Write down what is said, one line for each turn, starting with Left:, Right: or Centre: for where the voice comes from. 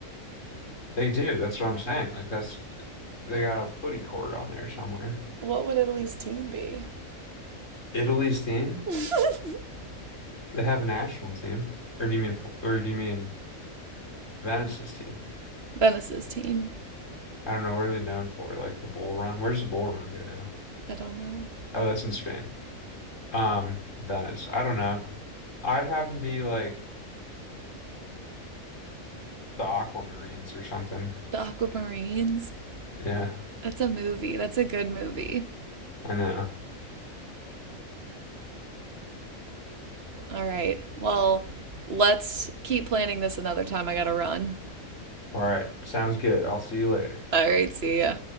Left: They do. That's what I'm saying. Like that's they got a footy court on there somewhere.
Right: What would Italy's team be?
Left: Italy's team,
Right: <laughs>
Left: they have a national team. Or do you mean Fl- or do you mean Venice's team?
Right: Venice's team.
Left: I don't know. What are they known for? Like the Bull Run? Where's the Bull Run go down?
Right: I don't know.
Left: Oh, that's in Spain. Um, Venice. I don't know. I'd have them be like the Aquamarines or something.
Right: The Aquamarines.
Left: Yeah,
Right: That's a movie. That's a good movie.
Left: I know.
Right: All right. Well, let's keep planning this another time. I gotta run.
Left: All right. Sounds good. I'll see you later.
Right: All right. See ya.